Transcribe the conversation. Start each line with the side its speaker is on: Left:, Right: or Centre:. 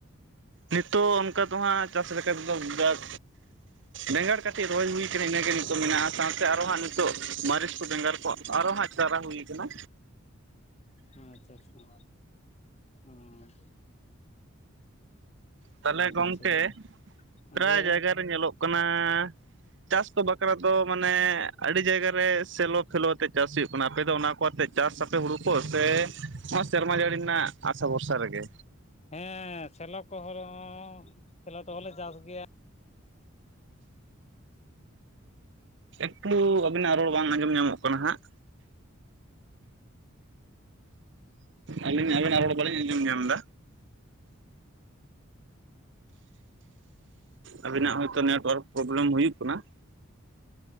Right: ᱱᱤᱛᱚᱜ ᱚᱱᱠᱟ ᱫᱚ ᱦᱟᱸᱜ ᱪᱟᱥ ᱞᱮᱠᱟᱛᱮᱫᱚ ᱡᱟᱠ ᱵᱮᱸᱜᱟᱲ ᱠᱟᱹᱴᱷᱤ ᱨᱚᱦᱚᱭ ᱦᱩᱭ ᱠᱟᱱᱟ ᱤᱱᱟᱹᱜᱮ ᱱᱤᱛᱚᱜ ᱢᱮᱱᱟᱜᱼᱟ᱾ ᱥᱟᱶᱛᱮ ᱟᱨᱚ ᱦᱟᱸᱜ ᱱᱤᱛᱚᱜ ᱢᱟᱹᱨᱤᱪ ᱠᱚ ᱵᱮᱸᱜᱟᱲ ᱠᱚ ᱟᱨᱚ ᱦᱟᱸᱜ ᱪᱟᱨᱟ ᱦᱩᱭ ᱠᱟᱱᱟ᱾
Left: ᱟᱪᱪᱷᱟ ᱟᱪᱪᱷᱟ ᱱᱩᱭᱟ, ᱚᱸ᱾
Right: ᱛᱟᱦᱚᱞᱮ ᱜᱚᱢᱠᱮ
Left: ᱟᱪᱪᱷᱟ ᱟᱪᱪᱷᱟ
Right: ᱯᱨᱟᱭ
Left: ᱞᱟᱹᱭ ᱵᱮᱱ
Right: ᱡᱟᱭᱜᱟ ᱨᱮ ᱧᱮᱞᱚᱜ ᱠᱟᱱᱟ᱾ ᱪᱟᱥ ᱠᱚ ᱵᱟᱠᱷᱨᱟ ᱫᱚ ᱢᱟᱱᱮ ᱟᱹᱰᱤ ᱡᱟᱭᱜᱟ ᱨᱮ ᱥᱮᱞᱚ ᱯᱷᱮᱞᱚ ᱟᱛᱮ ᱪᱟᱥ ᱦᱩᱭᱩᱜ ᱠᱟᱱᱟ ᱟᱯᱮ ᱫᱚ ᱚᱱᱟ ᱠᱚ ᱟᱛᱮᱜᱼᱼ ᱪᱟᱥ ᱟᱯᱮ ᱦᱩᱲᱩ ᱠᱚ ᱥᱮ ᱥᱮᱨᱢᱟ ᱡᱟᱹᱲᱤ ᱨᱮᱱᱟᱜ ᱟᱥᱟ ᱵᱷᱚᱨᱥᱟ ᱨᱮᱜᱮ?
Left: ᱦᱮᱸ ᱥᱮᱞᱚ ᱠᱚᱦ ᱨᱮᱦᱚ ᱥᱮᱞᱚ ᱛᱮᱸᱦᱚᱸ ᱞᱮ ᱪᱟᱥ ᱜᱮᱭᱟ᱾
Right: ᱮᱠᱴᱩ ᱟᱵᱤᱱᱟᱜ ᱨᱚᱲ ᱵᱟᱝ ᱟᱸᱡᱚᱢ ᱧᱟᱢᱚᱜ ᱠᱟᱱᱟ ᱦᱟᱸᱜ? ᱟᱹᱞᱤᱧ ᱟᱵᱤᱱᱟᱜ ᱨᱚᱲ ᱵᱟᱹᱞᱤᱧ ᱟᱸᱡᱚᱢ ᱧᱟᱢᱫᱟ? ᱟᱵᱤ ᱱᱟᱜ ᱦᱚᱭᱛᱚ ᱱᱮᱴᱳᱣᱟᱨᱠ ᱯᱨᱚᱵᱞᱮᱢ ᱦᱩᱭᱩᱜ ᱠᱟᱱᱟ ᱾